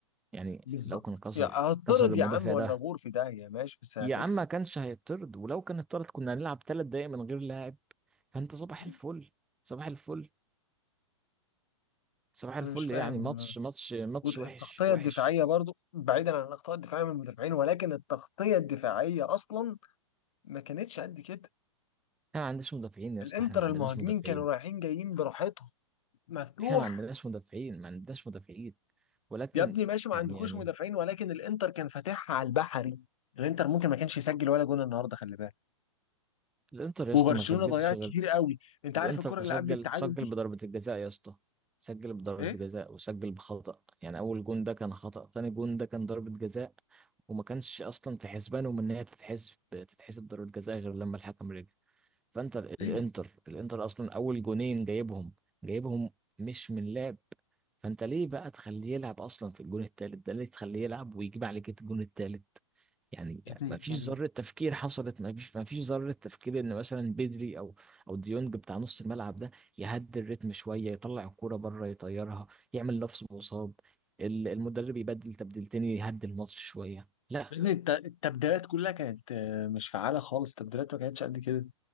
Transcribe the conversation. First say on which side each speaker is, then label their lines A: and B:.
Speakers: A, in the centre; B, on the left.
A: يعني
B: بالظبط
A: لو كان كسر
B: يا هتطرد
A: كسر المدافع
B: يا عم ولا
A: ده
B: غور في داهية ماشي بس هتكسب
A: يا عم ما كانش هيطرد ولو كان اتطرد كنا هنلعب ثلاث دقايق من غير لاعب فانت صباح
B: عادي.
A: الفل صباح الفل صباح الفل
B: انا مش فاهم
A: يعني ماتش ماتش ماتش
B: والتغطية
A: وحش وحش
B: الدفاعية برضو بعيدا عن الأخطاء الدفاعية من المدافعين ولكن التغطية الدفاعية أصلا ما كانتش قد كده
A: احنا ما عندناش مدافعين يا
B: الإنتر
A: اسطى احنا ما عندناش
B: المهاجمين
A: مدافعين
B: كانوا رايحين جايين براحتهم مفتوح
A: احنا ما عندناش مدافعين ما عندناش مدافعين ولكن
B: يا ابني ماشي ما
A: يعني
B: عندكوش
A: يعني
B: مدافعين ولكن الإنتر كان فاتحها على البحري الإنتر ممكن ما كانش يسجل ولا جون النهارده خلي بالك
A: الانتر يا
B: وبرشلونة
A: اسطى ما سجلتش
B: ضيعت
A: غير
B: كتير قوي أنت
A: الانتر
B: عارف الكرة اللي
A: سجل
B: قبل التعادل
A: سجل
B: دي
A: بضربة الجزاء يا اسطى سجل بضربة
B: إيه؟
A: جزاء وسجل بخطأ يعني اول جون ده كان خطأ تاني جون ده كان ضربة جزاء وما كانش اصلا في حسبانهم ان هي تتحسب تتحسب ضربة جزاء غير لما الحكم رجع فانت ال-
B: ايوه
A: الانتر الانتر اصلا اول جونين جايبهم جايبهم مش من لعب فانت ليه بقى تخليه يلعب اصلا في الجون التالت ده ليه تخليه يلعب ويجيب عليك الجون التالت يعني
B: يا ابني
A: ما فيش
B: يا ابني
A: ذرة تفكير حصلت ما فيش ما فيش ذرة تفكير ان مثلا بدري او او ديونج بتاع نص الملعب ده يهدي الريتم شوية يطلع الكورة بره يطيرها يعمل لفظ مصاب ال- المدرب يبدل تبديلتين يهدي الماتش شوية لا
B: يا ابني الت- التبديلات كلها كانت آه، مش فعالة خالص التبديلات ما كانتش قد كده